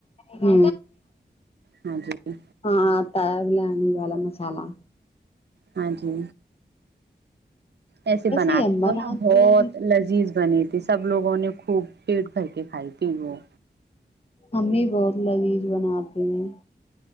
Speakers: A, on the left (about 35°); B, on the right (about 65°).
A: ہو
B: ہاں جی
A: ہاں تلا پنیر والا مصالحہ
B: ہاں جی ایسے بناتے
A: ہی ہم بناتے
B: ہو نا بہت
A: ہیں
B: لذیذ بنی تھی سب لوگوں نے خوب پیٹ بھر کے کھائی تھی وہ
A: امی بہت لذیذ بناتی ہیں